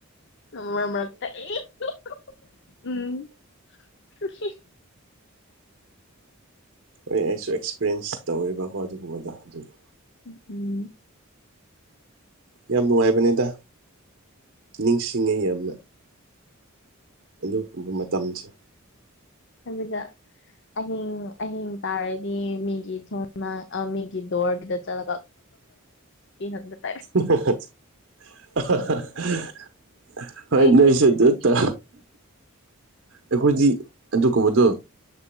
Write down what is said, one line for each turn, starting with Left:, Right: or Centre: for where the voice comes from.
Left: ꯎꯝ ꯃꯔꯛ ꯃꯔꯛꯇ ꯑꯦꯍꯤꯑ ꯎꯝ ꯍꯨꯝꯍꯤ
Right: ꯍꯣꯏ ꯑꯩꯁꯨ ꯑꯦꯛꯁꯄꯔꯌꯦꯟꯁ ꯇꯧꯋꯦꯕꯀꯣ ꯑꯗꯨꯒꯨꯝꯕꯗꯣ ꯑꯗꯨꯒꯤ
Left: ꯍꯨꯎꯝ
Right: ꯌꯥꯝ ꯅꯨꯡꯉꯥꯏꯕꯅꯦꯗ ꯅꯤꯡꯁꯤꯡꯉꯦ ꯌꯥꯝꯅ ꯑꯗꯨꯒꯨꯝꯕ ꯃꯇꯝꯁꯦ
Left: ꯑꯗꯨꯗ ꯑꯍꯤꯡ ꯑꯍꯤꯡ ꯇꯥꯔꯗꯤ ꯃꯤꯒꯤ ꯁꯣꯝꯅ ꯃꯤꯒꯤ ꯗꯣꯔꯗꯨꯗ ꯆꯠꯂꯒ ꯇꯤ ꯍꯟ꯭ꯔꯦꯠ
Right: <unintelligible> ꯍꯣꯏ
Left: ꯃꯩ
Right: ꯅꯁꯗꯠꯇ
Left: ꯃꯨꯠꯈ꯭ꯔꯅꯤ
Right: ꯑꯩꯈꯣꯏꯗꯤ ꯑꯗꯨꯒꯨꯝꯕꯗꯣ